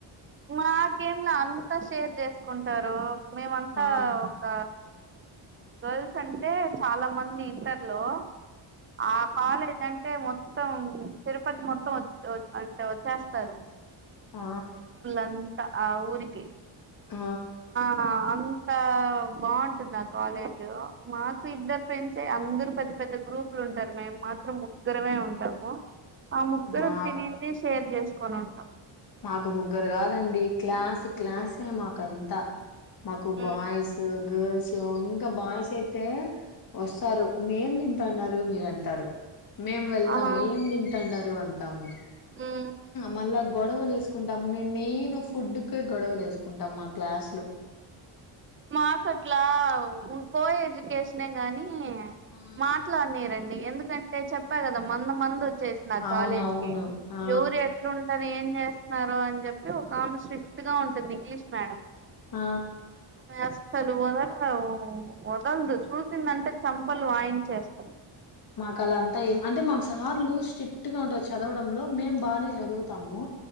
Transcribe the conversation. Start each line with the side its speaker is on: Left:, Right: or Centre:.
Right: మాకేం లే అంతా షేర్ చేసుకుంటారు మేమంతా
Left: ఆ
Right: ఒక గర్ల్స్ అంటే చాలా మంది ఇంటర్ లో ఆ కాలేజ్ అంట అంటే మొత్తం తిరుపతి మొత్తం అంటే వచ్చేస్తారు
Left: ఆ
Right: అంత ఆ ఊరికి
Left: ఆ
Right: ఆ అంత బాగుంటుంది ఆ కాలేజ్ మాకు ఇద్దరు ఫ్రంస్ అందరు పెద్ద పెద్ద గ్రూపులు ఉంటారు మేము మాత్రం ముగ్గురమే ఉంటాము ఆ ముగ్గురం
Left: మా
Right: తినింది షేర్ చేసుకొని ఉంటాం
Left: మాకు ముగ్గురు కాదండి క్లాస్ క్లాసే మాక అంతా మాకు
Right: ఉమ్
Left: బాయ్స్ గర్ల్స్ సో ఇంకా బాయ్స్ అయితే వస్తారు మీేం తింటాన్నారు మీర అంటారు మేము వెళ్తాము
Right: ఆహా
Left: ఏం తింటండన్నారు అంట తమము
Right: ఉమ్
Left: మల్ల గొడవలు వేసుకుంటాం మేము మెయిన్ ఫుడ్ కి గొడవలు వేసుకుంటాం మా క్లాస్ లో
Right: మాకు అట్లా కో ఎడ్యుకేషనే గాని
Left: ఆ
Right: మాట్లాడిని రండి ఎందుకంటే చెప్పా కదా మంద మందు వచ్చి సిన
Left: అవునవును
Right: కాలేజ్ కి
Left: ఆ
Right: ఎవరు ఎట్లాంట ఏం చేస్తున్నారు అని చెప్పి ఒక ఆమె స్ట్రిక్ట్ గా ఉంటుంది ఇంగ్లీష్ మేడం
Left: ఆ
Right: అసలు వదల వదలదు చూసిందంటే చంపలు వాయించేస్తారు.
Left: మాకు అలా అంతా ఏం అంటే మాకు సార్లు స్ట్రిక్ట్ గా ఉంటారు చదవడంలో మేము బాగనే చదువుతాము.